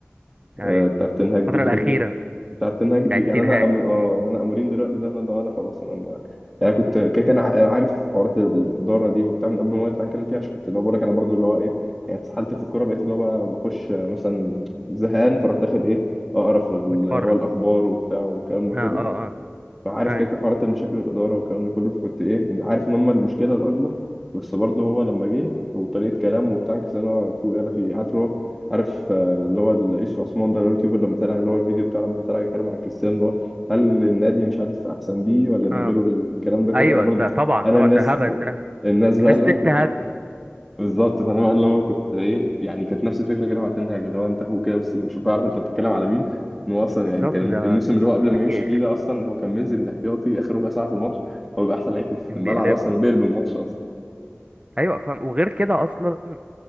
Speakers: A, on the right; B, in the centre.
A: أيوه
B: آه، بتاعه تنهاج
A: الفترة
B: دي كده
A: الأخيرة
B: كده بتاعه تنهاج دي
A: بتاعت
B: يعني
A: تين
B: انا
A: هاج
B: أمر... اه
A: مم.
B: يعني انا امورين دلوقتي ده انا لو انا خلاص انا ما... يعني كنت كده كان عارف حوارات الاداره دي وبتاع من قبل ما يطلع اتكلم فيها عشان كنت اللي هو بقول لك انا برضو اللي هو ايه يعني اتسحلت في الكوره بقيت اللي هو بقى بخش آه، مثلا زهقان فاروح داخل ايه اقرا في ال...
A: متفرج
B: هو الاخبار وبتاع والكلام ده
A: آه
B: كله
A: آه آه
B: فعارف
A: أيوه
B: كده كده حوارات المشاكل الاداره والكلام ده كله فكنت ايه عارف ان هم المشكله الاكبر بس برضه هو لما جه وطريقه كلامه وبتاع كده انا فوق يلا في عارف اللي هو عارف آه، اللي هو ال- يوسف عثمان ده اللي هو اليوتيوبر لما طلع اللي هو الفيديو بتاعه لما كان طالع يتكلم عن كريستيانو اللي هو هل النادي مش عارف احسن بيه ولا من
A: اه
B: غيره ولا الكلام ده كله
A: ايوه
B: انا برضه
A: ده طبعا
B: انا
A: طبعا
B: الناس
A: ده هبل ده
B: الناس بقى
A: الناس
B: اللي
A: دي
B: انا
A: تهاجمه
B: كنت بالظبط فانا بقى اللي هو كنت ايه يعني كانت نفس الفكره كده مع تنهاج اللي هو انت فوق كده بس شوف اعرف انت بتتكلم على مين ان هو اصلا
A: بالظبط
B: يعني كان
A: ده
B: الموسم اللي هو قبل ما يمشي
A: تاريخ
B: فيه ده اصلا هو كان منزل الاحتياطي اخر ربع ساعه في الماتش هو بيبقى احسن لعيب في
A: كان
B: الملعب
A: بيقلبه
B: اصلا وبيقلب الماتش اصلا
A: ايوه فاهم وغير كده اصلا